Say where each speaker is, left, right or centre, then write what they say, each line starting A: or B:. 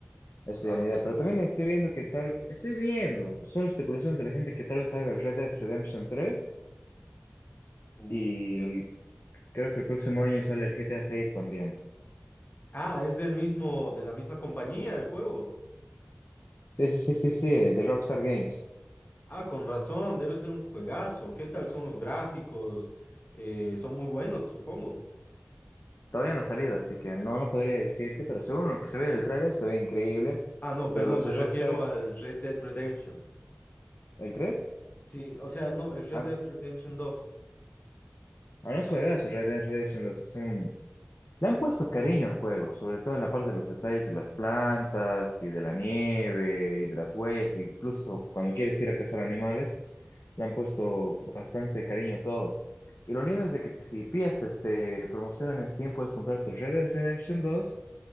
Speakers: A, on the left; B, on the left.
A: Esa
B: Ah,
A: Pero
B: bueno.
A: también estoy viendo que tal, estoy viendo, son especulaciones de la gente que tal vez salga el Red Dead Redemption 3
B: Uh,
A: y
B: ya.
A: creo que el próximo año sale el GTA seis también.
B: Ah, es del mismo, de la misma compañía el juego.
A: Sí, sí, sí, sí, sí, de Rockstar Games.
B: Ah, con razón, debe ser un juegazo. ¿Qué tal son los gráficos? Eh, son muy buenos, supongo.
A: Todavía no ha salido, así que no, no podría decirte, pero según lo que se ve en el trailer se ve increíble.
B: Ah, no,
A: Pero
B: perdón,
A: los
B: me
A: de Rockstar,
B: refiero al Red Dead Redemption.
A: ¿el tres
B: Sí, o sea, no, el Red
A: Ah, no,
B: Dead Redemption dos.
A: ah, no es juegazo, Red Dead Redemption 2 es un Le han puesto cariño al juego, sobre todo en la parte de los detalles de las plantas y de la nieve y de las huellas, e incluso cuando quieres ir a cazar animales, le han puesto bastante cariño a todo. Y lo lindo es de que si pillas este, promoción en Steam, puedes comprarte el Red Dead Redemption 2